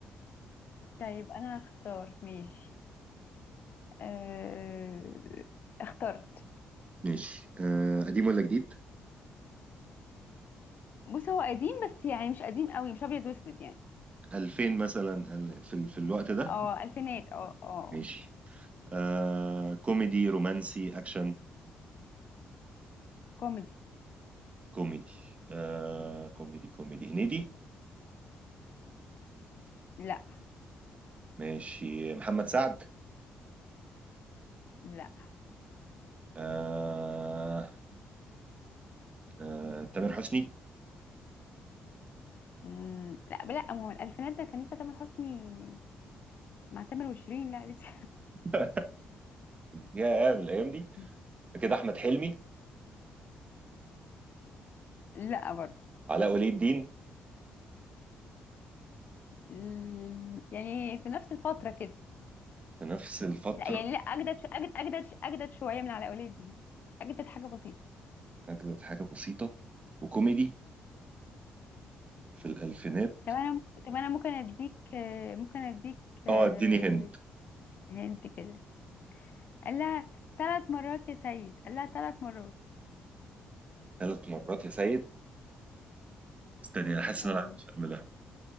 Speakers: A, on the left; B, on the right.
A: طيب انا هختار ماشي آه اخترت
B: ماشي أه قديم ولا جديد
A: بص هو قديم بس يعني مش قديم قوي مش ابيض واسود يعني
B: 2000 مثلا ال- في ال- في الوقت ده
A: اه الفينات اه اه
B: ماشي آه كوميدي رومانسي أكشن
A: كوميدي
B: كوميدي آه كوميدي كوميدي هنيدي
A: لا
B: ماشي محمد سعد
A: لا
B: آه آه تامر حسني
A: مم، لا لا ما هو الالفينات ده كان لسه تامر حسني مع تامر وشيرين لا لسه
B: <laughs> يا من الأيام دي
A: <laughs>
B: كده أحمد حلمي
A: لا برضه
B: علاء ولي الدين
A: ال- يعني في نفس الفترة كده
B: في نفس الفترة
A: لا يعني لا اجدد ش- اجدد اجدد ش- اجدد شوية من على اولاد دي اجدد حاجة بسيطة
B: أجدد حاجة بسيطة وكوميدي في الألفينات
A: طب انا ممكن- طب انا ممكن اديك آه، ممكن اديك آه،
B: اه اديني هند
A: هنت كده قال لها ثلاث مرات يا سيد قال لها ثلاث مرات
B: ثلاث مرات يا سيد استني انا حاسس
A: اه
B: ان انا عارف الفيلم ده